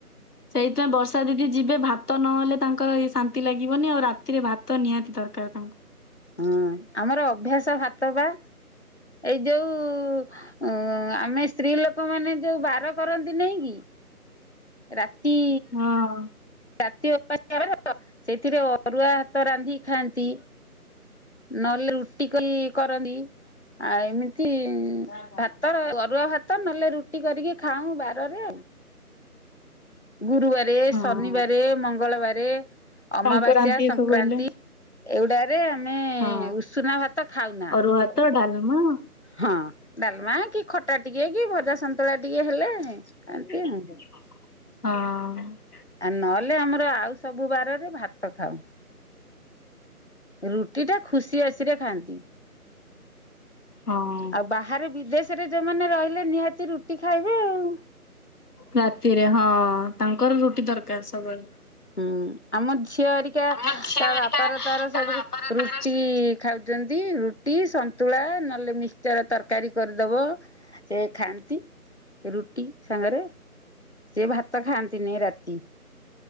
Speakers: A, on the left; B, on the left.
A: ସେଇଥିପାଇଁ ବର୍ଷା ଦିଦି ଯିବେ ଭାତ ନହେଲେ ତାଙ୍କର ଏ ଶାନ୍ତି ଲାଗିବନି ଆଉ ରାତିରେ ଭାତ ନିହାତି ଦରକାର ତାଙ୍କୁ।
B: ହଁ ଆମର ଅଭ୍ୟାସ ଭାତ ବା ଏଇ ଯୋଉ ଓ ଆମେ ସ୍ତ୍ରୀ ଲୋକ ମାନେ ଯୋଉ ବାର କରନ୍ତି ନାଇଁ କି ରାତି
A: ହଁ
B: ରାତି ଓପାଷିଆରେ ସେଥିରେ ଅରୁଆ ଭାତ ରାନ୍ଧିକି ଖାଆନ୍ତି। ନହେଲେ ରୁଟି କଲି କରନ୍ତିି ଆଉ ଏମିତି।
A: ହଁ।
B: ଭାତ ଅରୁଆ ଭାତ ଭାତ ନହେଲେ ରୁଟି କରିକି ଖାଉଁ ବାରରେ ଗୁରୁବାରେ
A: ହଁ
B: ସ ଶନିବାରେ, ମଙ୍ଗଳବାରେ, ଅମାବାସ୍ୟା,
A: ସଂକ୍ରାନ୍ତି ଏ
B: ସଂକ୍ରାନ୍ତି
A: ସବୁ ହେଲେ
B: ଏଗୁଡାରେ ଆମେ
A: ହଁ
B: ଉଷୁନା ଭାତ ଖାଉନା।
A: ଅରୁଆ ଭାତ ଡାଲମା
B: ହଁ ଡାଲମା କି ଖଟା ଟିକେ କି ଭଜା ସନ୍ତୁଳା ଟିକେ ହେଲେ
A: ହଁ।
B: ଖାଆନ୍ତି ଆଉ। ଆ ନହେଲେ ଆମର ଆଉ ସବୁ ବାରରେ ଭାତ ଖାଉ। ରୁଟି ଟା ଖୁସି ବାସିରେ ଖାଆନ୍ତି।
A: ହଁ
B: ଆଉ ବାହାରେ ବିଦେଶରେ ଯୋଉମାନେ ରହିଲେ ନିହାତି ରୁଟି ଖାଇବେ ଆଉ।
A: ରାତିରେ ହଁ ତାଙ୍କର ରୁଟି ଦରକାର ସବୁବେଳେ।
B: ହୁଁ ଆମ ଝିଅ ହେରିକା
A: ଆମ ଝିଅ
B: ତା
A: ହେରିକା
B: ବାପାର ତାର
A: ତା
B: ସବୁ
A: ବାବାର
B: ରୁଟି।
A: ତାର
B: ଖାଉଛନ୍ତି ରୁଟି ସନ୍ତୁଳା ନହେଲେ ମିକ୍ସର ତରକାରୀ କରିଦବ। ସେ ଖାଆନ୍ତି ରୁଟି ସାଙ୍ଗରେ ସେ ଭାତ ଖାଆନ୍ତିନି ରାତି